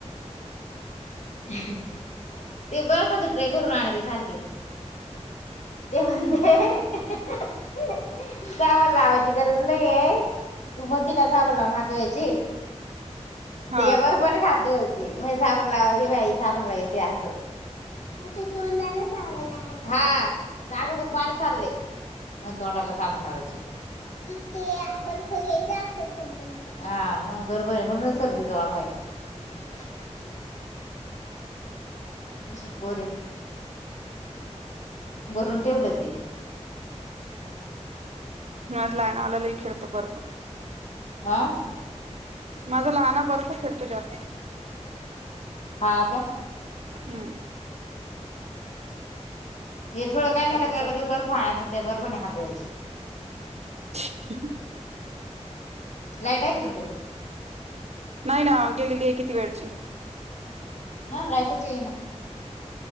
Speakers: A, on the left; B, on the right.
A: <inaudible> ते बर्फाचा ट्रे भरून आणाते सारखे. ते म्हणते <inaudible> साबण लावायची गरज नाहीये, तू म्हणती न साबण लावून हात धुवायची.
B: हा
A: ते या बर्फानीच हात धुवायचे म हे साबणलावा <unintelligible> हे बाई साबणलाव यतेे असं. आता तोंडाला साबण लावायचं हा नाकातून पाणी चाललंय. म तोंडाला साबण लावायची. इथे बर्फ घ्यायचा <unintelligible> हा बरोबर आहे म्हणूनच सर्दीचा वाढवा आहे. <inaudible> अशी होरे. भरून ठेवलं ते.
B: माझं लाहनावाल लई खेळतो बर्फ.
A: आ
B: माझा लहाना बर्फ खेळतो जास्त.
A: हवं का?
B: हम्म
A: हे थोडं काय झालं
B: त्याचा
A: का
B: चालू
A: लगेच बर्फ आणायचा ते बर्फ नी हात धुवायचे.
B: <inaudible>
A: लाईट आहे का तुमच्याकडं?
B: नाही ना गेलेली आहे किती वेळची.
A: हा लाईटच येईना.